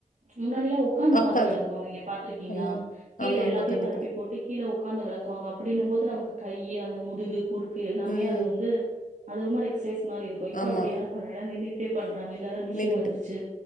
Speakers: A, on the right; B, on the left.
A: முன்னாடியெல்லா ஒக்காந்து
B: உக்காந்து
A: பாத்திர வெளக்குவாங்க நீங்க பாத்துருக்கீங்ளா
B: ஆமா.
A: கீழ
B: ஆமாமா
A: எல்லாத்தையு
B: கண்டிப்பா.
A: பரப்பி போட் டு கீழ உக்காந்து வெளக்குவாங்க அப்பிடின்னுபோது நமக் கை அந்த முதுகு குறுக்கு எல்லாமே
B: ம்.
A: அது வந்து அது ஒரு மாரி எக்சைஸ் மாரி இருக்கு இப்ப
B: ஆமா.
A: அப்டி யாரு பண்றா எல்லாரு நின்னுக்கிட்டே பண்றாங்க எல்லாரு மிஷின்
B: நின்னுட்டு.
A: வந்துருச்சு